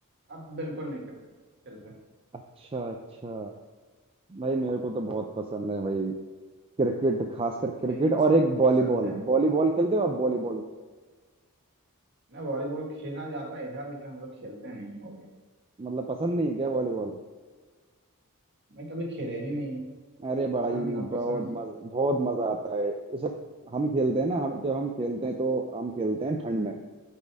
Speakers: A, on the right (about 50°); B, on the right (about 25°).
A: अब बिल्कुल नहीं करते खेलते
B: अच्छा अच्छा भाई मेरे को तो बहुत पसंद है भाई क्रिकेट खासकर
A: यार
B: क्रिकेट
A: खेलना
B: और
A: सबको
B: एक
A: पसंद
B: वॉलीबॉल
A: है
B: वॉलीबॉल खेलते हो आप वॉलीबॉल
A: ना वॉलीबॉल खेला जाता है इधर लेकिन हम लोग खेलते नहीं हो गए
B: मतलब पसंद नहीं है क्या वॉलीबॉल
A: मैं कभी खेले ही नहीं
B: अरे बड़ाई
A: पसंद ना
B: बहुत
A: पसंद
B: मज बहुत मजा आता है उसे हम खेलते हैं ना हम जब हम खेलते हैं तो हम खेलते हैं ठंड में